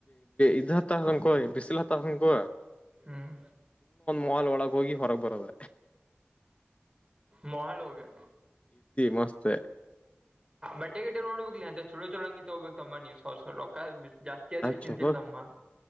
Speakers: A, on the left; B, on the right.
A: ಇದ್ ಹತ್ತಂಕೋ ಬಿಸಿಲು ಹತ್ತ ಹಂಕೋ
B: ಹ್ಮ್
A: ಮಾಲ್ ಒಳಗೆ ಹೋಗಿ ಹೊರಗ್ ಬರದ
B: ಮಹಾಲೋಗೆ
A: ಮಸ್ತ
B: ಬಟೆ ಗಟ ನೋಡ್ಬೇಕ ಅಂತ ಚೋಂಗಿ ಹೋಗಬೇಕ ತಂಬ ನೀವು ರ ಜಾಸ್ತಿಯಾದವಿ ಚಿಂತಲ್ಲ
A: ಚಲೋ
B: ತಮ್ಮಮ್ಮ